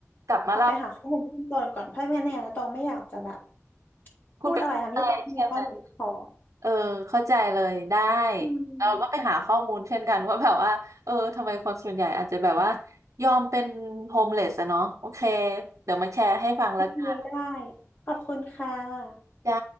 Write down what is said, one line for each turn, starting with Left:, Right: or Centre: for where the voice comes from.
Right: กลับมาเล่า
Left: ขอไปหาข้อมูลเพิ่มเติมก่อนเพราะไม่งั้นในอนาคตตองไม่อยากจะแบบ
Right: พูดไปได้ใช่ไหม
Left: พูดอะไรทั้งที่ตองไม่มีข้อมูลพอ
Right: เออเข้าใจเลยได้
Left: อืม
Right: เราก็ไปหาข้อมูลเช่นกันว่าแบบว่าเออทำไมคนส่วนใหญ่อาจจะแบบว่ายอมเป็นโฮมเลสอะเนาะโอเคเดี๋ยวมาแชร์ให้ฟังแล้วกัน
Left: โอเคได้ขอบคุณค่ะ
Right: จ้า